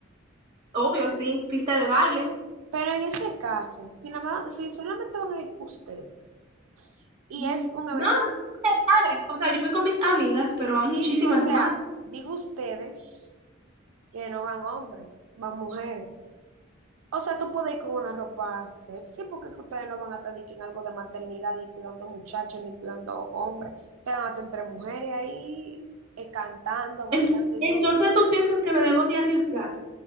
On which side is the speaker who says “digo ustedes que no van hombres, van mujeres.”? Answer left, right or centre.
Right